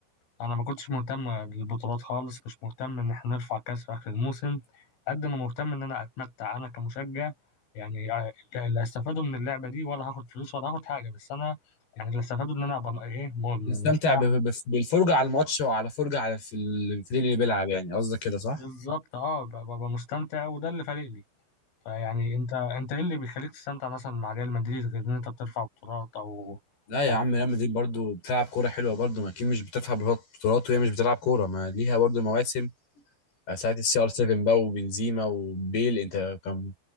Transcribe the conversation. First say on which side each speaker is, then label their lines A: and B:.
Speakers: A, on the left; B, on the left.
A: انا ما كنتش مهتم بالبطولات خالص مش مهتم ان احنا نرفع كاس في اخر الموسم قد ما مهتم ان انا اتمتع انا كمشجع يعني لا لا استفادوا من اللعبه دي ولا هاخد فلوس ولا هاخد حاجه بس انا يعني اللي استفادوا ان انا ابقى م- ايه م-
B: نستمتع
A: مرتاح
B: ب- ب- بالفرجة على الماتش وعلى فرجة على في ال- في الفريق اللي بيلعب يعني قصدك كده صح؟
A: بالظبط اه ب- ببقى مستمتع وده اللي فارق لي فيعني انت انت ايه اللي بيخليك تستمتع مثلا مع ريال مدريد غير ان انت بترفع بطولات او
B: لا
A: يعني
B: يا عم ريال مدريد برضو بتلعب كورة حلوة برضو ما أكيد مش بتفهم بطولات وهي مش بتلعب كورة ما ليها برضو مواسم ساعة السي ار 7 بقى وبنزيما وبيل أنت كان